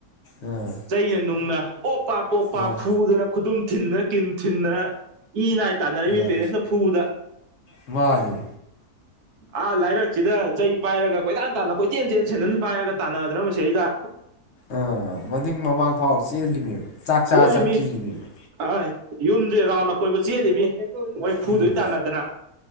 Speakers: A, on the left (about 55°); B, on the right (about 75°).
A: ꯑꯥ
B: ꯆꯩꯅ ꯅꯨꯡꯅ ꯄꯣꯄꯥ ꯄꯣꯄꯥ
A: ꯑꯥ
B: ꯐꯨꯗꯅ ꯈꯨꯗꯨꯝ ꯊꯤꯟꯗꯅ ꯀꯤꯟ ꯊꯤꯟꯗꯅ ꯏ ꯅꯥꯏ ꯇꯥꯟꯅꯔꯤ
A: ꯑꯥ
B: ꯃꯤ ꯄꯦꯔꯦꯟꯁꯅ ꯐꯨꯕꯗ
A: ꯃꯥꯅꯦ
B: ꯑꯥ ꯂꯥꯏꯔꯛꯁꯤꯗ ꯆꯩ ꯄꯥꯏꯔꯒ ꯀꯣꯏꯇꯥꯟ ꯇꯥꯟꯅ ꯀꯣꯏꯇꯦꯟ ꯆꯦꯟ ꯁꯦꯟꯗꯟ ꯄꯥꯏꯔꯒ ꯇꯥꯟꯅꯗꯅ ꯃꯁꯩꯗ
A: ꯑꯥ ꯃꯅꯤꯡ ꯃꯃꯥꯡ ꯐꯥꯎ ꯆꯦꯜꯂꯤꯃꯦꯕ ꯆꯥꯛ ꯆꯥ
B: ꯆꯦꯜꯂꯤꯃꯤ
A: ꯆꯪꯈꯤꯔꯤꯃꯦꯕ
B: ꯑꯥꯏ ꯌꯨꯝꯖꯦ ꯔꯥꯎꯟ ꯑꯀꯣꯏꯕ ꯆꯦꯜꯂꯤꯃꯤ ꯃꯣꯏ ꯐꯨꯗꯣꯏ
A: ꯎꯝ
B: ꯇꯥꯟꯅꯗꯅ